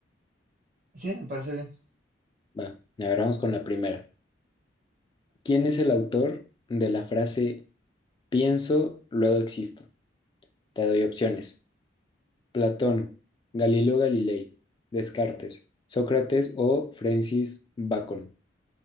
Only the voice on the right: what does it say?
Sí, me parece bien.